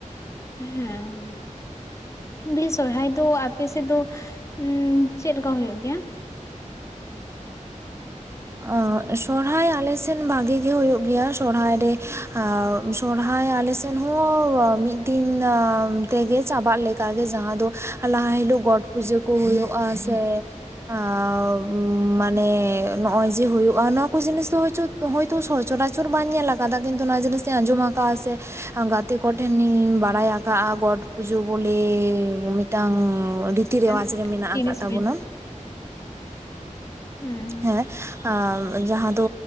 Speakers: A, on the left (about 20°); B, on the right (about 20°).
A: ᱦᱮᱸᱻᱮ, ᱫᱤ ᱥᱚᱨᱦᱟᱭ ᱫᱚ ᱟᱯᱮ ᱥᱮᱫ ᱫᱚ ᱩᱸ ᱪᱮᱫ ᱞᱮᱠᱟ ᱦᱩᱭᱩᱜ ᱜᱮᱭᱟ?
B: ᱚᱸ ᱥᱚᱨᱦᱟᱭ ᱟᱞᱮᱥᱮᱫ ᱵᱷᱟᱜᱤ ᱜᱮ ᱦᱩᱭᱩᱜ ᱜᱮᱭᱟ ᱥᱚᱲᱦᱟᱭ ᱨᱮ ᱟᱸ ᱥᱚᱨᱦᱟᱭ ᱟᱞᱮ ᱥᱮᱱ ᱦᱚᱸ ᱢᱤᱫ ᱫᱤᱱ ᱟᱸ ᱛᱮᱜᱮ ᱪᱟᱵᱟᱜ ᱞᱮᱠᱟ ᱜᱮ ᱡᱟᱦᱟᱸ ᱫᱚ, ᱞᱟᱦᱟ ᱦᱤᱞᱚᱜ ᱜᱚᱴ ᱯᱩᱡᱟᱹ ᱠᱚ ᱦᱩᱭᱩᱜᱼᱟ ᱥᱮ ᱟᱸᱻᱵ ᱢᱟᱱᱮ ᱱᱚᱜᱼᱚᱭ ᱡᱮ ᱦᱩᱭᱩᱜ-ᱟ ᱱᱚᱣᱟ ᱠᱚ ᱡᱤᱱᱤᱥ ᱫᱚ ᱦᱚᱭᱪᱚ ᱦᱳᱭᱛᱚ ᱥᱚᱦ ᱪᱚᱨᱟ ᱪᱚᱨ ᱵᱟᱧ ᱧᱮᱞ ᱟᱠᱟᱫᱟ, ᱠᱤᱱᱛᱩ ᱱᱚᱣᱟ ᱡᱤᱱᱤᱥ ᱤᱧ ᱟᱸᱡᱽᱼᱚᱢ ᱟᱠᱟᱜᱼᱟ ᱥᱮ <unintelligible> ᱜᱟᱛᱮ ᱠᱚᱴᱷᱮᱱ ᱤᱧ ᱵᱟᱲᱟᱭ ᱟᱠᱟᱜᱼᱟ ᱜᱚᱴ ᱯᱩᱡᱟᱹ ᱵᱚᱞᱮᱻᱮᱻᱵ ᱢᱮᱫᱴᱟᱝ ᱨᱤᱛᱤ
A: ᱦᱮᱸ
B: ᱨᱮᱣᱟᱡᱽ ᱨᱮ ᱢᱮᱱᱟᱜ
A: ᱡᱤᱱᱤᱥ
B: ᱟᱠᱟᱜ ᱛᱟᱵᱚᱱᱟ᱾
A: ᱢᱮᱱᱟᱜ ᱦᱩᱸ
B: ᱦᱮᱸ, ᱟ ᱡᱟᱦᱟᱸ ᱫᱚ